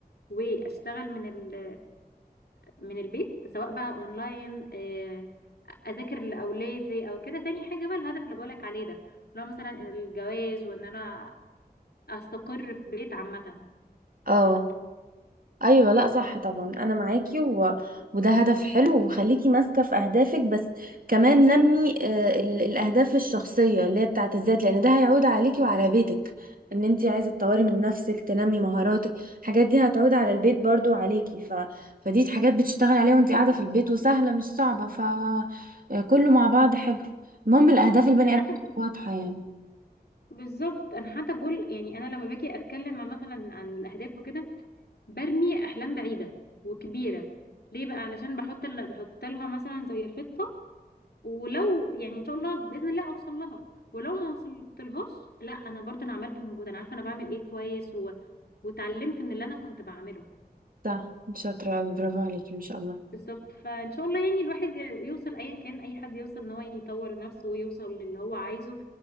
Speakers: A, on the left (about 80°); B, on the right (about 60°).
A: واشتغل من ال من البيت سواء بقى اونلاين آه، اذاكر لاولادي او كده تاني حاجة بقى الهدف اللي بقولك عليه ده لو مثلا الجواز وان انا استقر في بيت عامة
B: اه ايوه لا صح طبعا انا معاكي و... وده هدف حلو وخليكي ماسكه في اهدافك بس كمان نمي آه، ال... الاهداف الشخصيه اللي هي بتاعت الذات لان ده هيعود عليكي وعلى بيتك ان انت عايزه تطوري من نفسك تنمي مهاراتك الحاجات دي هتعود على البيت برضو وعليكي ف... فدي حاجات بتشتغل عليها وانت قاعده في البيت وسهله مش صعبه ف آه، كله مع بعض حلو المهم الاهداف البني
A: انا حتى
B: ادم
A: ب-
B: واضحه يعني
A: بالظبط انا حتى بقول يعني انا لما باجي اتكلم عن مثلا عن الاهداف وكده برمي احلام بعيده وكبيره ليه بقى علشان بحط ال- بحط لها مثلا زي خطه ولو يعني ان شاء الله باذن الله اوصل لها ولو ما وصلت لهاش لا انا برضه انا عملت مجهود انا عارفه انا بعمل ايه كويس و... وتعلمت من اللي انا كنت بعمله
B: صح شاطره أوي، برافو عليكي ما شاء الله
A: بالظبط فان شاء الله يعني الواحد ي- يوصل ايا كان اي حد يوصل ان هو يطور نفسه ويوصل للي هو عايزه